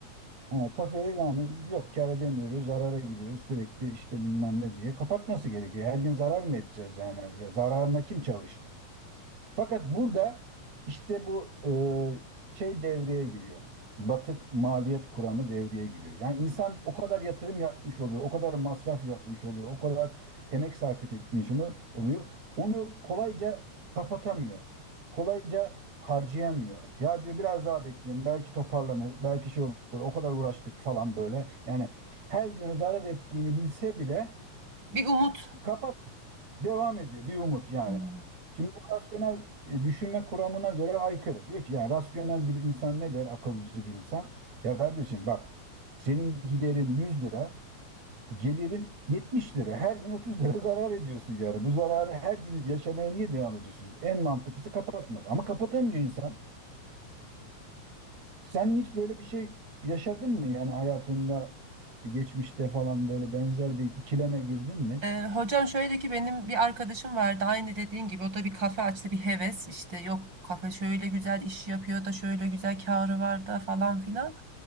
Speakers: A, on the right; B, on the right.
A: Ama kafeye yani yok kâr edemiyoruz, zarara giriyoruz sürekli işte bilmem ne diye kapatması gerekiyor. Her gün zarar mı edeceğiz yani? Ya zararına kim çalışır? Fakat burada işte bu e, şey devreye giriyor. Batık maliyet kuramı devreye giriyor. Yani insan o kadar yatırım yapmış oluyor, o kadar masraf yapmış oluyor, o kadar emek sarf etmiş onu- oluyor. Onu kolayca kapatamıyor. Kolayca harcayamıyor. Ya diyor biraz daha bekleyin, belki toparlanır, belki şey olur. O kadar uğraştık falan böyle. Yani her gün zarar ettiğini bilse bile
B: <laughs> Bir umut.
A: kapat Devam ediyor bir umut yani.
B: Anladım.
A: Şimdi bu rasyonel e, düşünme kuramına göre aykırı. Diyor ki ya rasyonel bir insan ne der akılcı bir insan? Ya kardeşim bak senin giderin 100 lira, gelirin 70 lira. Her gün 30 lira <laughs> zarar ediyorsun yani. Bu zararı her gün yaşamaya niye devam ediyorsun? En mantıklısı kapatmak. Ama kapatamıyor insan. Sen hiç böyle bir şey yaşadın mı yani hayatında geçmişte falan böyle benzer bir ikileme girdin mi?
B: Ee, hocam şöyle ki benim bir arkadaşım vardı aynı dediğin gibi o da bir kafe açtı bir heves işte yok kafe şöyle güzel iş yapıyor da şöyle güzel karı var da falan filan.